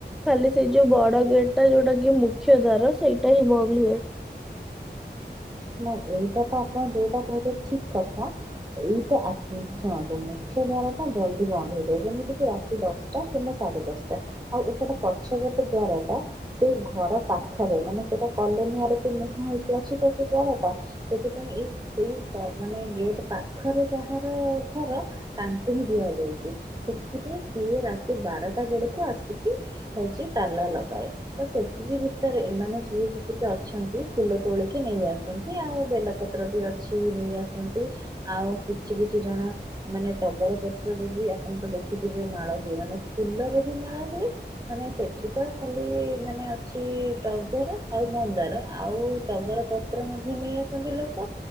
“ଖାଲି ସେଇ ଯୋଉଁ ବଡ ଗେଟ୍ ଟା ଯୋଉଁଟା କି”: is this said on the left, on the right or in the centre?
Centre